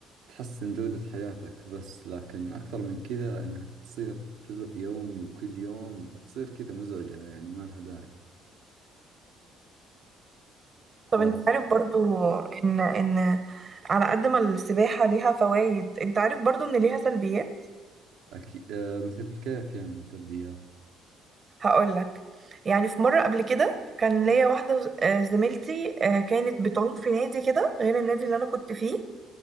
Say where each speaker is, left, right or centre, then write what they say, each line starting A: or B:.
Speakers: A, on the right (about 80°); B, on the right (about 35°).
A: تحسن جودة حياتك بس لكن أكثر من كذا إنها تصير جزء يومي وكل يوم تصير كذا مزعجة يعني ما لها داعي ف
B: طب انت عارف برضو ان ان على قد ما السباحه ليها فوائد انت عارف برضو ان ليها سلبيات
A: أكي... آه، مثل الكيف يعني سلبيات
B: هقول لك يعني في مرة قبل كده كان ليا واحدة آه، زميلتي آه، كانت بتعوم في نادي كده غير النادي اللي أنا كنت فيه